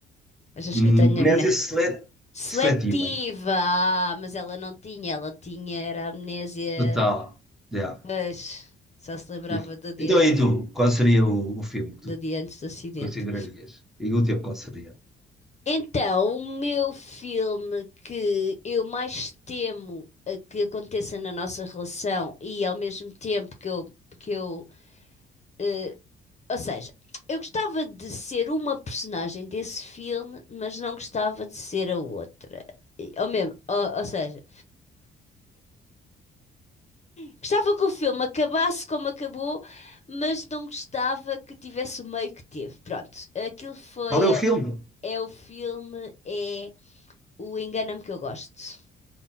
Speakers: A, on the left (about 35°); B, in the centre.
A: Achas
B: Hum,
A: que eu tenho
B: Amnésia
A: amnésia?
B: sele-
A: Seletiva!
B: seletiva,
A: Ah, mas ela não tinha, ela tinha, era amnésia,
B: total. Yeah,
A: mas só se lembrava
B: yeah.
A: do dia,
B: Então, e tu, qual seria o, o filme que
A: do
B: tu
A: dia antes do acidente.
B: considerarias? E o teu, qual seria?
A: Então, o meu filme que eu mais temo a que aconteça na nossa relação e ao mesmo tempo que eu, que eu, eh, ou seja, eu gostava de ser uma personagem desse filme, mas não gostava de ser a outra. E- Ou mesmo, ou, ou seja, Gostava que o filme acabasse como acabou, mas não gostava que tivesse o meio que teve. Pronto, aquilo foi.
B: Qual é
A: É,
B: o filme?
A: é o filme, é o Engana-me que eu gosto.